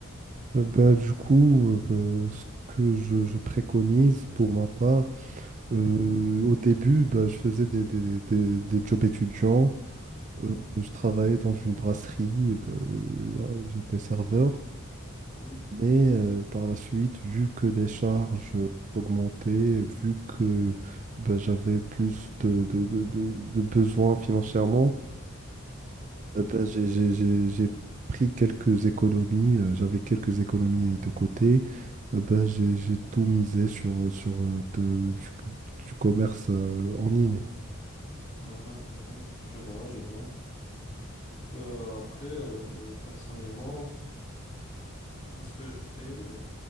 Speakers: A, on the right (about 35°); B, on the left (about 35°).
A: Euh, bah, du coup, euh, bah, ce que je, je préconise pour ma part, euh,
B: Mhm,
A: au début, bah, je faisais des, des, des, des jobs étudiants.
B: mhm,
A: Euh, je travaillais dans une brasserie, et bah, euh, j'étais serveur.
B: mhm,
A: Mais euh, par la suite, vu que les charges augmentaient, vu que bah, j'avais plus de, de, de, de, de besoins financièrement, euh, ben, j'ai j'ai- j'ai- j'ai pris quelques économies, euh, j'avais quelques économies de côté. Euh, ben, j'ai j'ai tout misé sur, euh, sur euh, de- du, du commerce euh, en ligne.
B: mhm, mhm, mhm. Je vois, je vois. Euh, après, euh, euh, personnellement, Ce que je fais, euh,